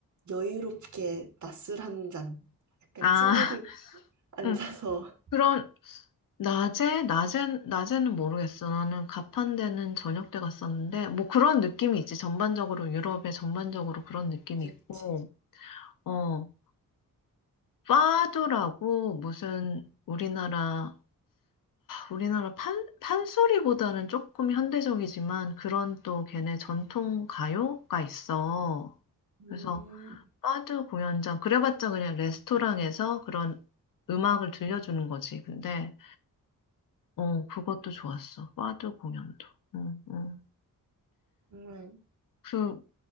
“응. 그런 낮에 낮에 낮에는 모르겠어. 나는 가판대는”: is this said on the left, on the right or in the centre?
Left